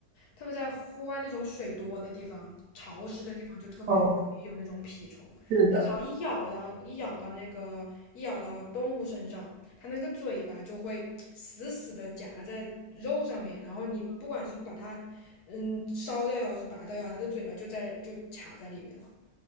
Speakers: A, on the left; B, on the right.
A: 特别在户外那种水多的地方、潮湿的地方，就特别容易有那种蜱虫。
B: 哦，是的。
A: 它只要一咬到一咬到那个一咬到动物身上，它那个嘴巴就会死死的夹在肉上面，然后你不管是把它嗯烧掉呀，或是拔掉呀，它的嘴巴就在就卡在里面了。